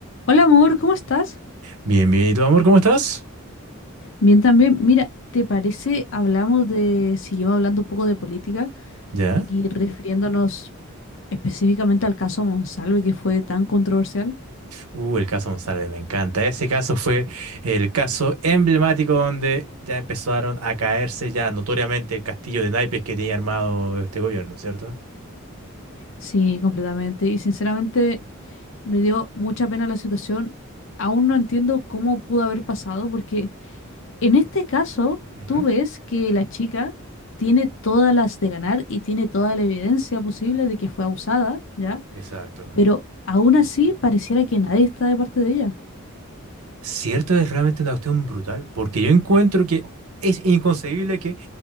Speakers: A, on the left; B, on the right.
A: Hola amor, ¿cómo estás?
B: Bien, bien. ¿Y tú, amor, cómo estás?
A: Bien también. Mira, ¿te parece hablamos de, seguimos hablando un poco de política
B: ¿Ya?
A: y refiriéndonos específicamente al caso Monsalve que fue tan controversial?
B: Uh, el caso González, me encanta. Ese caso fue el caso emblemático donde ya empezaron a caerse ya notoriamente el castillo de naipes que tenía armado este gobierno, ¿cierto?
A: Sí, completamente. Y sinceramente me dio mucha pena la situación. Aún no entiendo cómo pudo haber pasado porque en este caso
B: Ujú.
A: tú ves que la chica tiene todas las de ganar y tiene toda la evidencia posible de que fue abusada, ¿ya?
B: Exacto.
A: Pero aún así pareciera que nadie está de parte de ella.
B: Cierto, es realmente una cuestión brutal, porque yo encuentro que es inconcebible que